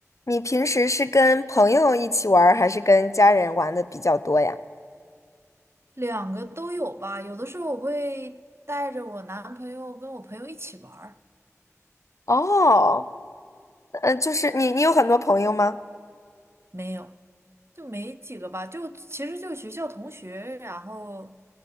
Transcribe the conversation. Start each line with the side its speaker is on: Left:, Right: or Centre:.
Left: 你平时是跟朋友一起玩儿，还是跟家人玩的比较多呀？
Right: 两个都有吧，有的时候我会带着我男朋友跟我朋友一起玩儿，
Left: 哦，嗯，就是你，你有很多朋友吗？
Right: 没有，就没几个吧，就其实就学校同学，然后